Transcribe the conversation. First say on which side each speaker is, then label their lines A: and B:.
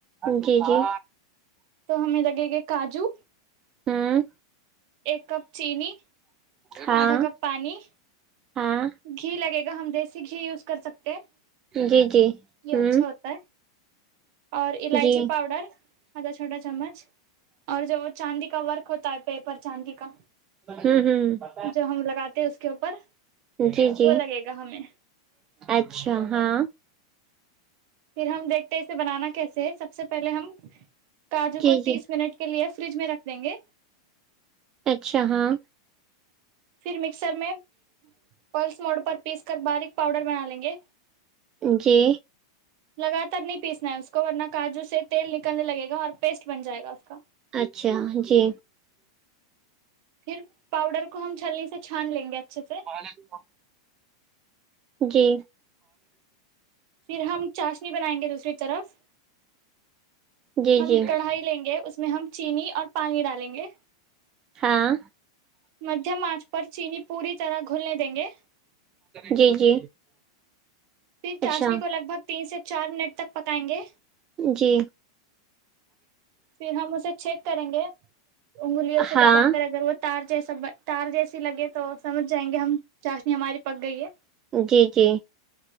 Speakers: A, on the right; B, on the right.
A: جی جی
B: تو ہمیں لگے گے کاجو
A: ہمم
B: ایک کپ چینی
A: ہاں
B: آدھا کپ پانی
A: ہاں
B: گھی لگے گا ہم دیسی گھی یوز کر سکتے ہیں
A: جی جی
B: یہ
A: ہوں
B: اچھا ہوتا ہے اور الائچی
A: جی
B: پاؤڈر چھوٹا چمچ اور جو وہ چاندی کا ورک ہوتا ہے پیپر چاندی کا
A: ہوں ہوں
B: جو ہم لگاتے ہیں اس کے اوپر
A: جی جی
B: وہ لگے گا ہمیں
A: اچھا ہاں
B: پھر ہم دیکھتے اسے بنانا کیسے ہے سب سے پہلے ہم کاجو
A: جی
B: کو تیس
A: جی
B: منٹ کے لیے فریج میں رکھ دیں گے
A: اچھا ہاں
B: پھر مکسر میں پلس موڈ پر پیس کر باریک پاؤڈر بنا لیں گے
A: جی
B: لگاتار نہیں پیسنا ہے اس کو ورنہ کاجو سے تیل نکلنے لگے گا اور پیسٹ بن جائے گا اس کا
A: اچھا جی
B: پھر پاؤڈر کو ہم چھلنی سے چھان لیں گے اچھے سے
A: <unintelligible> جی
B: پھر ہم چاشنی بنائیں گے دوسری طرف
A: جی
B: ہم
A: جی
B: کڑھائی لیں گے اس میں ہم چینی اور پانی ڈالیں گے
A: ہاں
B: مدھیم ارچ پر چینی پوری طرح گھلنے دیں گے
A: جی جی
B: پھر چاشنی
A: اچھا
B: کو لگ بھگ تین سے چار منٹ تک پکائیں گے
A: جی
B: پھر ہم اسے چیک کریں گے انگلیوں سے
A: ہاں
B: دبا کر اگر وہ تار جیسا تار جیسی لگے تو سمجھ جائیں گے ہم چاشنی ہماری پک گئی ہے
A: جی جی